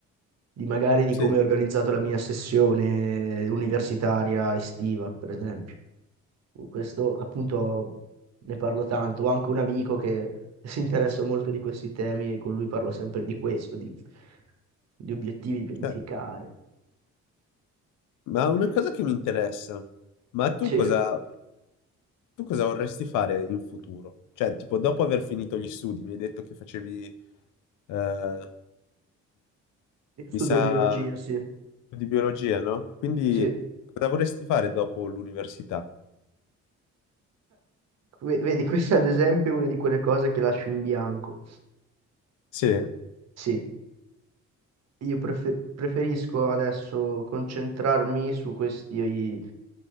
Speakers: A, on the right; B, on the left.
A: Di magari di
B: Sì,
A: come ho organizzato la mia sessione universitaria estiva, per esempio. Questo appunto ne parlo tanto. Ho anche un amico che <laughs> si interessa molto di questi temi e con lui parlo sempre di questo, di, di obiettivi, pianificare.
B: cioè, ma una
A: Eh,
B: cosa che mi interessa, ma tu
A: Sì,
B: cosa,
A: io
B: tu cosa vorresti fare in futuro? Cioè, tipo, dopo aver finito gli studi, mi hai detto che facevi, eh,
A: studio
B: mi sa,
A: biologia, sì.
B: di biologia, no? Quindi,
A: Sì. Eh,
B: cosa vorresti fare dopo l'università?
A: ve- vedi, questa ad esempio è una di quelle cose che lascio in bianco.
B: Sì?
A: Sì, io prefe- preferisco adesso concentrarmi su questi